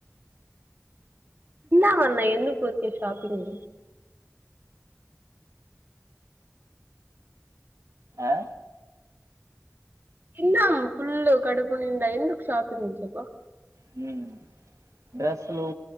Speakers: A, on the right; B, on the right.
A: తిందాం అన్నా ఎందుకు ఉరికే షాపింగ్
B: ఆ
A: తిందాం ఫుల్ కడుపునిండ ఎందుకు షాపింగ్ చెప్పు
B: హు డ్రెస్సులు